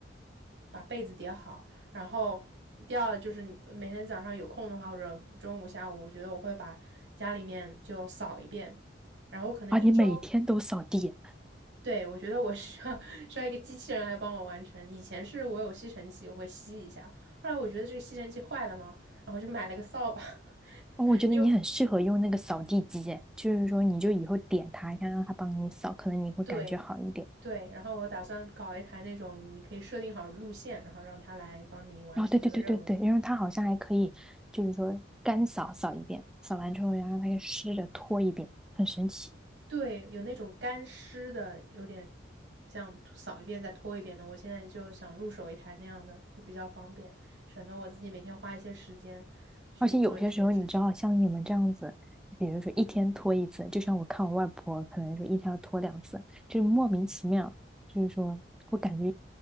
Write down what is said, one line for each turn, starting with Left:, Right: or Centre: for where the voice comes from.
Right: 把被子叠好，然后第二就是每天早上有空的话，或者中午、下午，我觉得我会把家里面就扫一遍，然后可能一周，
Centre: 啊，你每天都扫地，
Right: 对，我觉得我需要 <laughs> 需要一个机器人来帮我完成。以前是我有吸尘器，我会吸一下，后来我觉得这个吸尘器坏了嘛，然后我就买了个扫把，<laughs>
Centre: 哦，我觉得你很适合用那个扫地机耶就是说你就以后点它一下，
Right: 因为
Centre: 让它帮你扫，可能你会感觉好一点。
Right: 对。对，然后我打算搞一台那种，你可以设定好路线，然后让它来帮你完成这个任务。
Centre: 哦，对对对对对，然后它好像还可以，就是说干扫扫一遍，扫完之后然后它又湿着拖一遍，很神奇。
Right: 对，有那种干湿的，有点这样扫一遍再拖一遍的。我现在就想入手一台那样的，就比较方便，省得我自己每天花一些时间去做这件事情。
Centre: 而且有些时候，你知道，像你们这样子，比如说一天拖一次，就像我看我外婆，可能说一天要拖两次，就是莫名其妙，就是说我感觉，